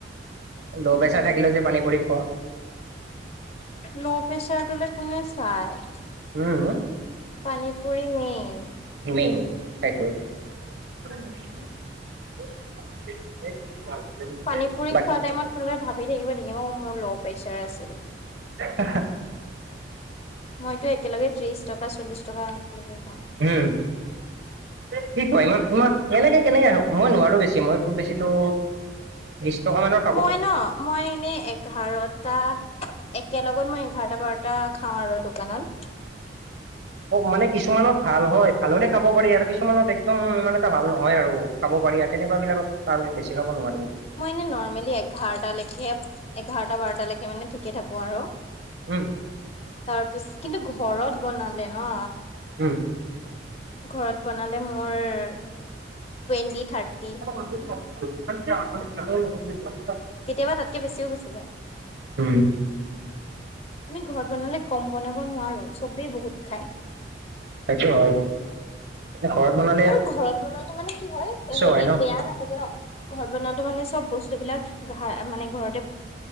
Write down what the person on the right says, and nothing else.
ল'
প্ৰেচাৰ থাকিলে যে পানী পৰি খোৱা।
উম,
মেইন সেইটোৱেই। <unintelligible>
বাকী
অা <unintelligible>
উম, কি কোৱা ইমান খোৱা। এনেকে কেনেকে, মই নোৱাৰো বেছি মই খুব বেছি টো বিশ টকা মানৰ।
মানে কিছুমানত ভাল হয় ভালনে খাব পাৰি আৰু কিছুমানত একদম মানে এটা ভাল নহয় আৰু। খাব পাৰি তেনেকুৱা বিলাকত আৰু বেছি খাব নোৱাৰি।
উম,
উম
<unintelligible>
উম,
সেইটো হয়। ঘৰত বনা
হয় ন